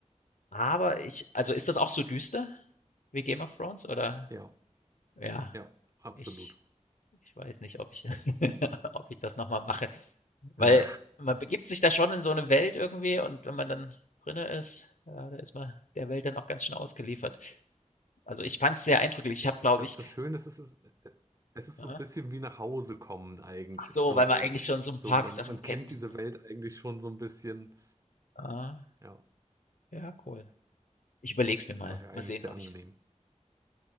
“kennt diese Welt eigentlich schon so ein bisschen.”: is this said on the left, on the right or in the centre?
Right